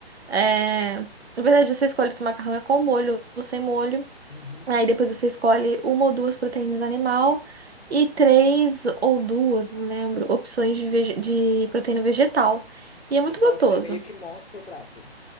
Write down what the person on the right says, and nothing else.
é... Na verdade, você escolhe se o macarrão é com molho ou sem molho.
Aí depois você escolhe uma ou duas proteínas animal e três ou duas, não lembro, opções de, vege- de proteína vegetal. E é muito
gostoso.